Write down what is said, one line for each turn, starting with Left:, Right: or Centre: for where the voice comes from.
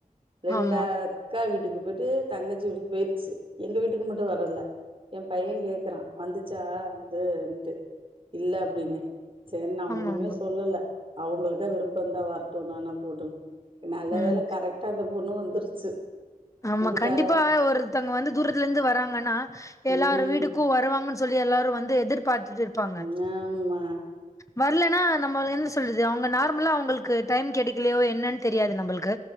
Right: ரெண்டா
Left: ஆமா
Right: அக்கா வீட்டுக்கு போயிட்டு தங்கச்சி வீட்டுக்கு போய்ர்ச்சு எங்க வீட்டுக்கு மட்டு வரல எ பைய கேக்குறா வந்துச்சா அதுன்ட்டு இல்ல அப்டின்னே ஏன் நா
Left: ஆமா
Right: ஒண்ணுமே
Left: ஆமா
Right: சொல்லல அவுங்களுக்கா விருப்போ இருந்தா வரட்டு நானா போட்டு நல்ல
Left: ம்
Right: வேல கரெக்டா அந்த பொண்ணு வந்துருச்சு
Left: ஆமா
Right: வந்துட்டா
Left: கண்டிப்பா ஒருத்தங்க வந்து தூரத்துல இருந்து வராங்கன்னா எல்லார
Right: ம்
Left: வீடுக்கு வருவாங்கன் சொல்லி எல்லாரு வந்து எதிர்பாத்துட்டு இருப்பாங்க
Right: ஆமா,
Left: வரலன்னா நம்ம என்ன சொல்றது அவுங்க நார்மலா அவுங்களுக்கு டைம் கெடைக்கலையோ என்னன்னு தெரியாது நம்பளுக்கு